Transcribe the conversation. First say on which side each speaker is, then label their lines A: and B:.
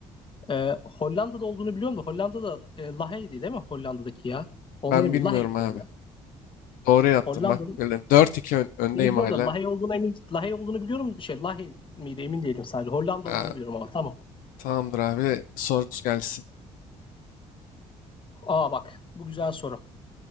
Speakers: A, on the left; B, on the left.
A: Ee, Hollanda'da olduğunu biliyorum da Hollanda'da e, Lahey'di değil mi Hollanda'daki ya? Ondan
B: Ben
A: emin.
B: bilmiyorum
A: Lahey
B: abi.
A: diyorum ya.
B: Doğru yaptın
A: Hollanda'da
B: bak. Böyle 4-2 ön- öndeyim
A: şey biliyorum
B: hala.
A: da Lahey olduğunu emin Lahey olduğunu biliyorum. Şey Lahey miydi emin değilim sadece. Hollanda
B: Aa,
A: olduğunu biliyorum ama tamam.
B: tamamdır abi. Sorusu gelsin.
A: Aa bak bu güzel soru.